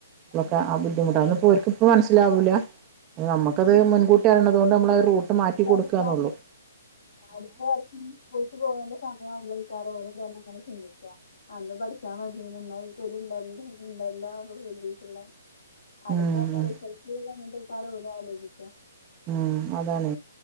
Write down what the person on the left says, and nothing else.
അഡ്മിഷനന്നെ
ഇല്ല
ഈ വർഷം
അടുത്ത സ്കൂൾക്ക് പോകേണ്ട സമയമാവുമ്പോ ഈക്കാരെ വെ ചിന്തിക്കുക. അന്ന് പഠിച്ചാൻ മതിൻന്നക്കണ്ട ഇണ്ടല്ലോ അത കല്ലിട്ടുള്ള അടുത്ത
റിസൾട്ട് അങ്ങട്ടക്കാര ആലോചിക്ക